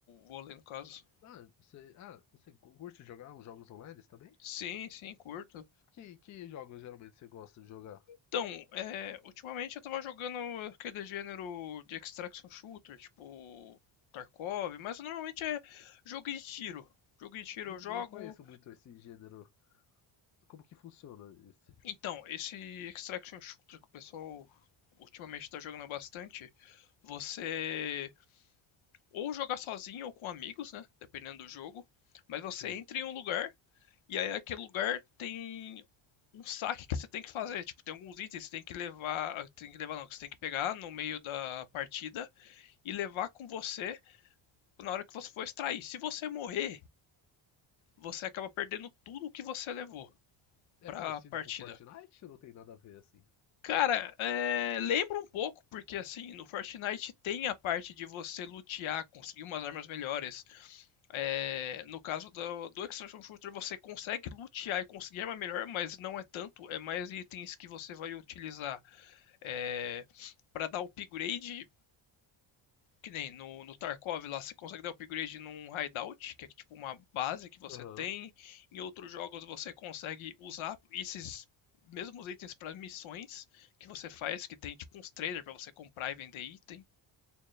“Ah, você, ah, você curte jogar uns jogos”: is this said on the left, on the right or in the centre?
Left